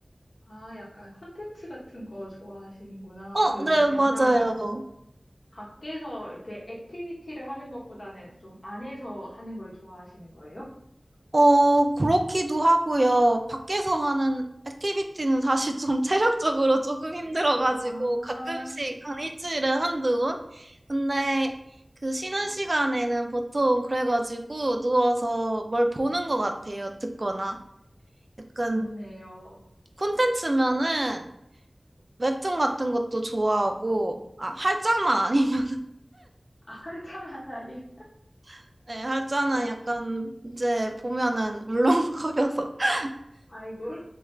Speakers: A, on the left (about 60°); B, on the right (about 45°).
A: 아, 약간 컨텐츠 같은 거 좋아하시는구나.
B: 어,
A: 그,
B: 네, 음,
A: 약간
B: 맞아요.
A: 밖에서 이렇게 액티비티를 하는 것보다는 좀 안에서 하는 걸 좋아하시는 거예요?
B: 어, 그렇기도 하고요. 밖에서 하는 액티비티는 사실 좀 <laughs> 체력적으로 조금 힘들어가지고
A: 아,
B: 가끔씩 한 일주일에 한두 번? 근데 그 쉬는 시간에는 보통 그래가지고 누워서 뭘 보는 것 같아요. 듣거나. 약간
A: 좋네요.
B: 콘텐츠면은 웹툰 같은 것도 좋아하고 아 할자만 아니면
A: 아, <laughs> 활짝한 아니.
B: <laughs> 네, 할자는
A: 어,
B: 약간 이제 보면은 울렁거려서 <laughs>
A: 아이고.